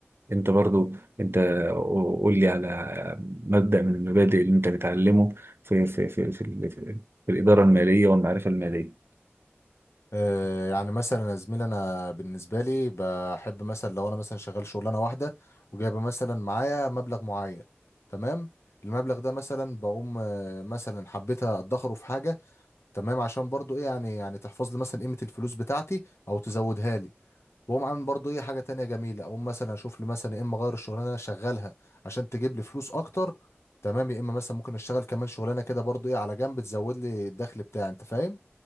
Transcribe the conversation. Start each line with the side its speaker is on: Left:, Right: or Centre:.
Right: انت برضو انت قول لي على مبدأ من المبادئ اللي انت بتعلمه في في في في, ال- في, في الإدارة المالية والمعرفة المالية
Left: آه يعني مثلا يا زميلي انا بالنسبه لي بحب مثلا لو انا مثلا شغال شغلانه واحده وجايبه مثلا معايا مبلغ معين تمام المبلغ ده مثلا بقوم آه مثلا حبيت ادخره في حاجه تمام عشان برضو ايه يعني يعني تحفظ لي مثلا قيمه الفلوس بتاعتي او تزودها لي واقوم عامل برضو ايه حاجه تانية جميله اقوم مثلا اشوف لي مثلا يا اما اغير الشغلانه اللي انا شغالها عشان تجيب لي فلوس اكتر تمام يا اما مثلا ممكن اشتغل كمان شغلانه كده برضو ايه على جنب تزود لي الدخل بتاعي انت فاهم